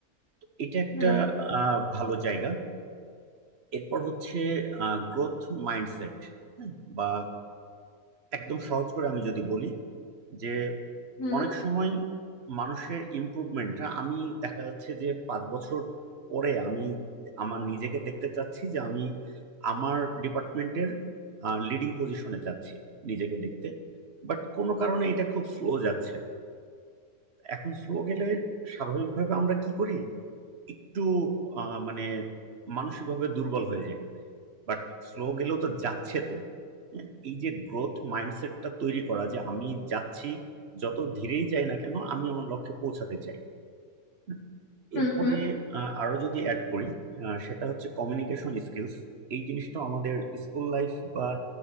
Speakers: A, on the right (about 50°); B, on the left (about 80°).
A: তো এটা একটা
B: হুম
A: আহ, ভালো জায়গা এরপর হচ্ছে গ্রোথ মাইন্ডসেট বা একদম সহজ করে আমি যদি বলি যে
B: হুম
A: অনেক সময় মানুষের ইমপ্রুভমেন্টটা আমি দেখা যাচ্ছে যে পাঁচ বছর পরে আমি আমার নিজেকে দেখতে চাচ্ছি যে আমি আমার ডিপার্টমেন্টের লিডিং পজিশনে চাচ্ছি নিজেকে দেখতে বাট কোনো কারণে এটা খুব স্লো যাচ্ছে এখন স্লো গেলে স্বাভাবিকভাবে আমরা কি করি একটু আহ, মানে মানসিকভাবে দুর্বল হয়ে যাই বাট স্লো গেলেও তো যাচ্ছে তো হ্যাঁ, এই যে গ্রোথ মাইন্ডসেটটা তৈরি করা যে আমি যাচ্ছি যত ধীরেই যাই না কেন আমি আমার লক্ষ্যে পৌঁছাতে চাই হ্যাঁ,
B: হুম
A: এরপরে
B: হুম
A: আহ, আরো যদি অ্যাড করি আহ, সেটা হচ্ছে কমিউনিকেশন স্কিলস এই জিনিসটা আমাদের স্কুল লাইফ বা